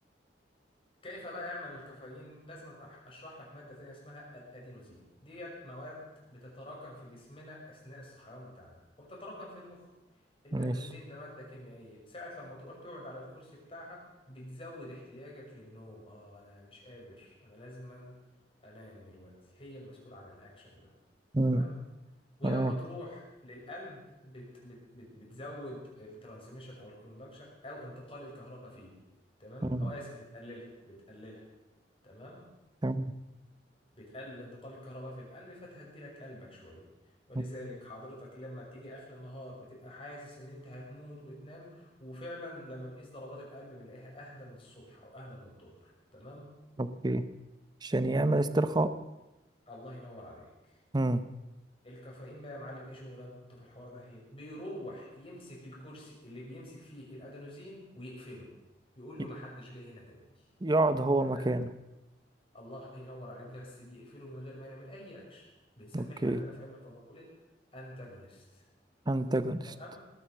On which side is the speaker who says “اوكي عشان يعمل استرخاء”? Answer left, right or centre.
Right